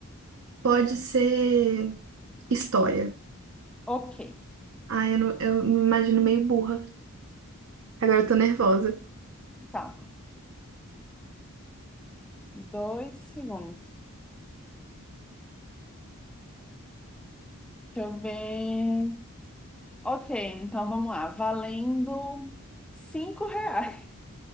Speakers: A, on the right; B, in the centre.
A: pode ser história.
B: Ok,
A: Ah, eu, não- eu me imagino meio burra. Agora eu tô nervosa.
B: calma. Dois segundos. Deixa eu ver. Ok, então vamos lá. Valendo cinco reais.